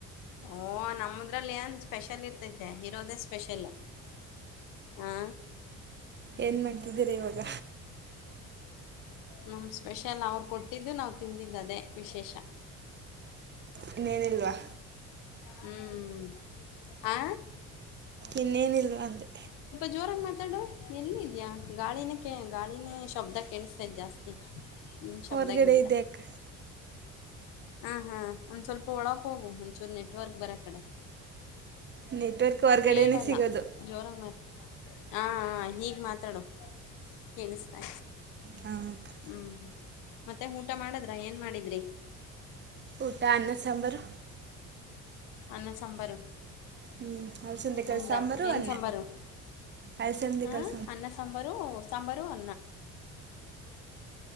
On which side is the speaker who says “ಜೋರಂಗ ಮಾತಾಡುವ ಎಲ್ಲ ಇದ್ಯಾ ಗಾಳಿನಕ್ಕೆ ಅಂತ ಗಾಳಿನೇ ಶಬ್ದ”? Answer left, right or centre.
Left